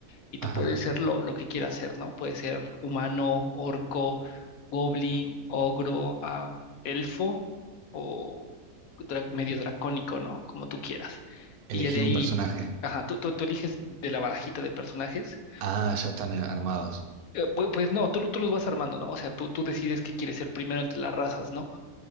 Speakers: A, on the left; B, on the right.
A: y tú
B: Ajá.
A: puedes ser lo, lo que quieras ser, ¿no? Puedes ser humano, orco, goblin, ogro, ah, elfo o dra- medio dracónico, ¿no? Como tú quieras.
B: Elegís
A: Y ya de ahí,
B: un personaje.
A: ajá, tú, tú, tú eliges de la barajita de personajes.
B: Ah, ya están eh, armados.
A: Eh, pu- Pues no, tú, tú los vas armando, ¿no? O sea, tú, tú decides qué quieres ser primero entre las razas, ¿no?